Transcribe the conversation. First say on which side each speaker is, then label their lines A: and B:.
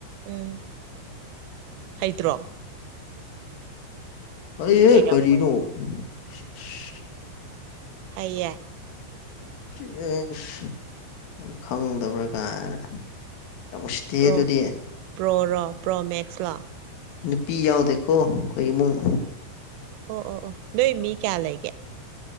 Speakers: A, on the right; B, on the left.
A: ꯎꯝ ꯍꯩꯇ꯭ꯔꯣ?
B: ꯍꯩꯍꯦ
A: ꯍꯩꯔꯝꯃꯣꯏ
B: ꯀꯔꯤꯅꯣ? ꯏꯁ
A: ꯍꯩꯌꯦ
B: ꯎꯝ ꯈꯪꯗꯕ꯭ꯔꯥ ꯀꯥꯏꯅ ꯌꯥꯝ ꯎꯁꯤꯠꯇꯤꯌꯦ
A: ꯄ꯭ꯔꯣ
B: ꯑꯗꯨꯗꯤ
A: ꯄ꯭ꯔꯣꯔꯣ ꯄ꯭ꯔꯣ ꯃꯦꯛꯁꯂꯣ?
B: ꯅꯨꯄꯤ ꯌꯥꯎꯗꯦꯀꯣ ꯑꯩꯈꯣꯏ ꯏꯃꯨꯡ꯫
A: ꯑꯣ ꯑꯣ ꯑꯣ ꯅꯣꯏ ꯃꯤ ꯀꯌꯥ ꯂꯩꯒꯦ?